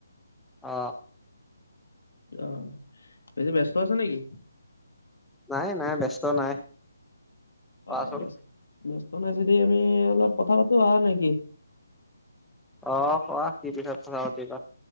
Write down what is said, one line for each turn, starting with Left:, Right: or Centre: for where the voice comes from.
Centre: অ।
Left: অ বেছি ব্যস্ত আছে নেকি?
Centre: নাই নাই ব্যস্ত নাই। কোৱাচোন?
Left: অ ব্যস্ত ব্যস্ত নাই যদি আমি অলপ কথা পাতো হয় নেকি।
Centre: অ কোৱা কি <unintelligible> পাতিবা।